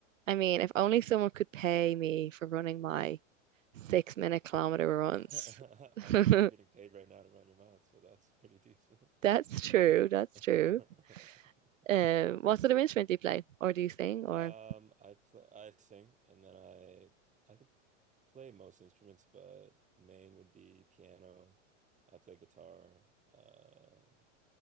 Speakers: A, on the right; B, on the right.
A: I mean, if only someone could pay me for running my six minute kilometer
B: <laughs>
A: runs.
B: I
A: <laughs>
B: mean, you're getting paid right now to run your mouth, so that's pretty decent.
A: That's true. That's
B: <laughs>
A: true. Um, what sort of instrument do you play? Or do you sing? Or
B: Um, I play, I sing, and then I I could play most instruments, but main would be piano. I play guitar, uh,